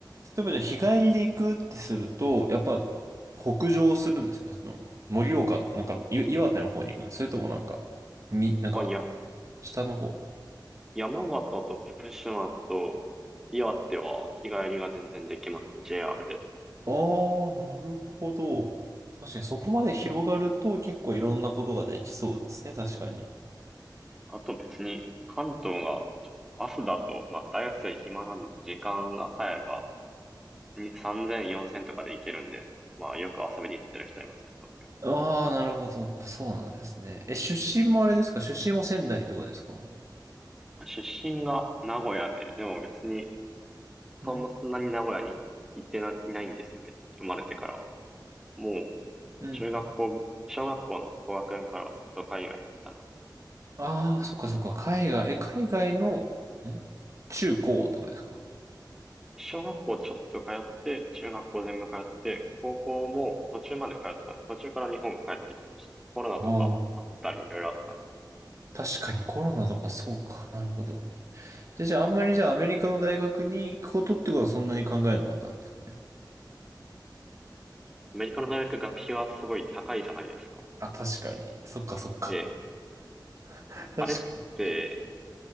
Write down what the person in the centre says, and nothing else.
まあ、いや、
山形と福島と岩手は日帰りが全然できますね。JR で。
あと別に関東が朝だと、まあ大学生暇なんで時間がさえあればに3000、4000とかで行けるんで、まあよく遊びに行ってる人いますね、東京。
出身が名古屋で、でも別に
そんなに名古屋に行ってな、いないんですよ、別に生まれてからは。もう
中学校、小学校の高学年からはずっと海外にいたの
小学校ちょっと通って、中学校全部通って、高校も途中まで通ったんです。途中から日本帰ってきました。コロナとかあったり、
いろいろあったので。
アメリカの大学学費はすごい高いじゃないですか。
で、
あれって、